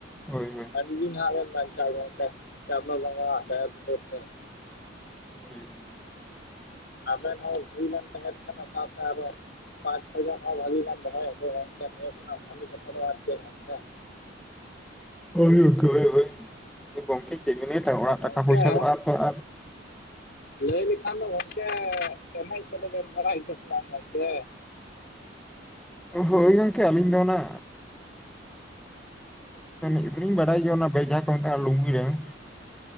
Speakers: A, in the centre; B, on the left.
A: ᱦᱳᱭ ᱦᱳᱭ
B: ᱢᱤᱫᱤᱱ ᱦᱟᱜ ᱵᱤᱱ ᱵᱟᱧᱪᱟᱜᱼᱟ ᱜᱚᱢᱠᱮ ᱪᱟᱸᱫᱚ ᱵᱚᱸᱜᱟᱼᱣᱟᱜ ᱫᱟᱭᱟ ᱫᱩᱞᱟᱹᱲ ᱛᱮ᱾
A: ᱦᱩᱸ ᱾
B: ᱟᱵᱮᱱ ᱦᱚᱸ ᱵᱷᱟᱹᱜᱤ ᱵᱮᱱ ᱛᱟᱦᱮᱱ ᱠᱟᱱᱟ ᱥᱟᱶᱛᱮ ᱟᱨᱚ ᱯᱟᱸᱪ ᱪᱷᱚ ᱡᱚᱱ ᱦᱚᱸ ᱵᱷᱟᱜᱤ ᱜᱟᱱ ᱫᱚᱦᱚᱭᱮᱫ ᱠᱚᱣᱟ ᱜᱚᱝᱠᱮ ᱱᱤᱭᱟᱹ ᱠᱷᱚᱱᱟᱜ ᱵᱷᱷᱟᱞᱤ ᱠᱟᱛᱷᱟ ᱫᱚ ᱟᱨ ᱪᱮᱫ ᱜᱚᱝᱠᱮ᱾
A: <inaudible>
B: ᱜᱚᱢᱠᱮ
A: ᱯᱚᱭᱥᱟ
B: ᱾
A: ᱫᱚ ᱟᱨ ᱛᱚ ᱟᱨ
B: ᱞᱟᱹᱭ ᱞᱮᱠᱷᱟᱱ ᱫᱚ ᱜᱚᱝᱠᱮ ᱮᱱᱮᱡ ᱠᱚᱫᱚᱵᱮᱱ ᱵᱟᱲᱟᱭ ᱜᱮᱭᱟ ᱥᱮ ᱵᱟᱝ ᱜᱚᱝᱠᱮ?
A: ᱦᱳᱭ ᱜᱚᱢᱠᱮ ᱟᱹᱞᱤᱧ ᱫᱚ ᱚᱱᱟ ᱮᱱᱮᱡ ᱠᱚᱫᱚ ᱞᱤᱧ ᱵᱟᱰᱟᱭ ᱜᱮᱭᱟ ᱚᱱᱟ ᱵᱮᱡᱟᱦᱟᱸ ᱠᱚ ᱢᱮᱛᱟᱜᱼᱟ ᱞᱩᱝᱜᱤ ᱰᱮᱱᱥ᱾